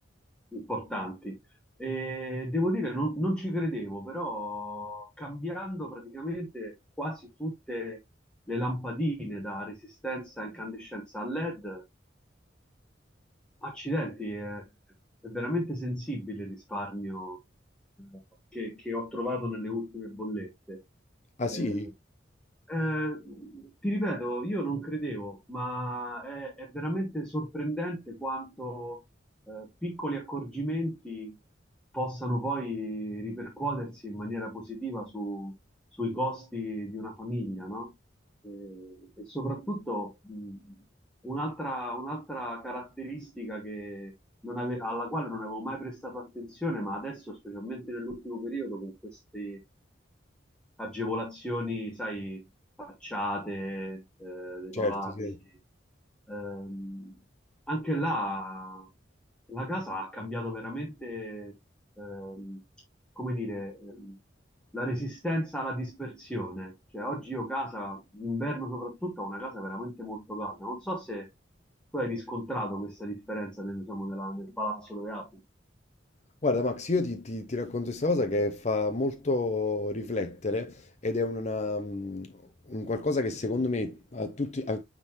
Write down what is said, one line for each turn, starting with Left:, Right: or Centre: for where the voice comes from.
Centre: importanti. E devo dire, non, non ci credevo, però cambiando praticamente quasi tutte le lampadine da resistenza a incandescenza a LED Accidenti, è, è veramente sensibile il risparmio eh, che, che ho trovato nelle ultime bollette.
Left: Ah
Centre: Eh,
Left: sì?
Centre: eh, ti ripeto, io non credevo, ma è, è veramente sorprendente quanto eh, piccoli accorgimenti possano poi ripercuotersi in maniera positiva su- sui costi di una famiglia, no? Eh, E, soprattutto mh, un'altra un'altra caratteristica che non ave- alla quale non avevo mai prestato attenzione, ma adesso, specialmente nell'ultimo periodo, con queste eh, agevolazioni, sai, facciate eh, dei
Left: Certo,
Centre: palazzi.
Left: sì.
Centre: Ehm, anche là la casa ha cambiato veramente, ehm, come dire, ehm, la resistenza alla dispersione. Cioè, oggi io casa, d'inverno soprattutto, ho una casa veramente molto calda. Non so se tu hai riscontrato questa differenza nel, diciamo, nella- nel palazzo dove abiti.
Left: Guarda Max, io ti, ti- ti racconto questa cosa che fa molto riflettere ed è una, mm, un qualcosa che secondo me a tutti, a